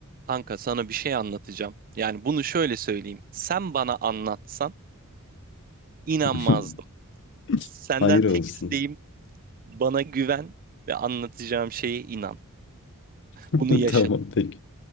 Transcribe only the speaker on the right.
Kanka sana bir şey anlatacağım. Yani bunu şöyle söyleyeyim. Sen bana anlatsan inanmazdım.
Senden
tek
isteğim bana güven ve anlatacağım şeye inan.
Bunu yaşadım.